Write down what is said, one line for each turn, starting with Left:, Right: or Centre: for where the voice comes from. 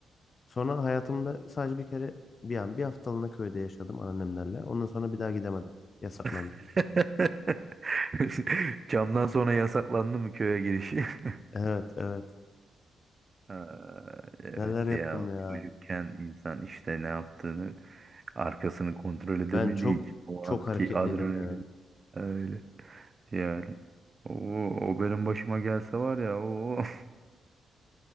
Left: Sonra hayatımda sadece bir kere bir an bir haftalığına köyde yaşadım annemlerle. Ondan sonra bir daha gidemedim. Yasaklandı.
Right: <laughs> Camdan sonra yasaklandı mı köye giriş? <laughs>
Left: Evet evet.
Right: Ha, evet
Left: Neler yaptım
Right: ya
Left: ya.
Right: çocukken insan işte ne yaptığını arkasını kontrol edemediği
Left: Ben çok
Right: için o
Left: çok
Right: anki
Left: hareketliydim
Right: adrenalin
Left: ya.
Right: öyle yani. O, o benim başıma gelse var ya o. <laughs>